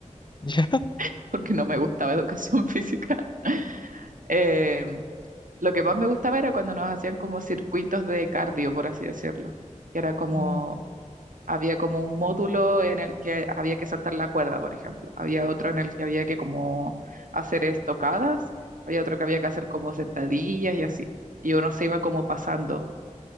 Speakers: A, on the left; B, on the right.
A: <laughs> ¿Ya?
B: <laughs> porque no me gustaba educación física. <laughs> em, Lo que más me gustaba era cuando nos hacían como circuitos de cardio, por así decirlo, que era como,
A: Mm.
B: había como un módulo en el que había que saltar la cuerda, por ejemplo, había otro en el que había que como hacer estocadas, había otro que había que hacer como sentadillas y así, y uno se iba como pasando.